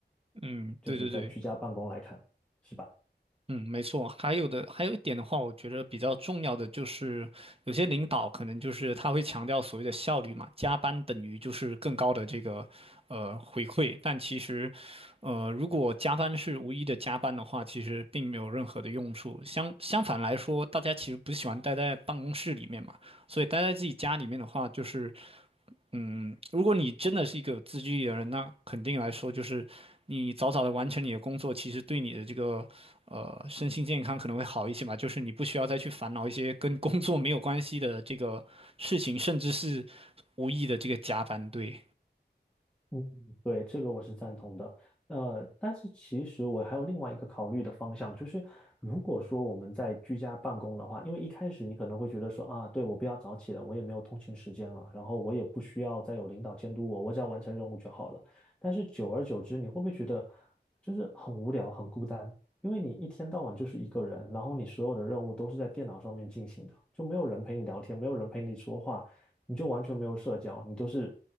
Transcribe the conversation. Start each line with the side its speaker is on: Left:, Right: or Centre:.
Right: 嗯，
Centre: 就是在居家办公来看，
Right: 对对对，
Centre: 是吧？
Right: 嗯，没错。还有的，还有一点的话，我觉得比较重要的就是，有些领导可能就是他会强调所谓的效率嘛，加班等于就是更高的这个呃回馈。但其实，呃，如果加班是无意义的加班的话，其实并没有任何的用处。相相反来说，大家其实不喜欢待在办公室里面嘛，所以待在自己家里面的话，就是。嗯，如果你真的是一个有自制力的人，那肯定来说就是，你早早的完成你的工作，其实对你的这个呃身心健康可能会好一些嘛。就是你不需要再去烦恼一些跟工作没有关系的这个事情，甚至是无意的这个加班。对，
Centre: 嗯，对，这个我是赞同的。呃，但是其实我还有另外一个考虑的方向，就是如果说我们在居家办公的话，因为一开始你可能会觉得说啊，对，我不要早起了，我也没有通勤时间了，然后我也不需要再有领导监督我，我只要完成任务就好了。但是久而久之，你会不会觉得就是很无聊、很孤单？因为你一天到晚就是一个人，然后你所有的任务都是在电脑上面进行的，就没有人陪你聊天，没有人陪你说话，你就完全没有社交，你都是。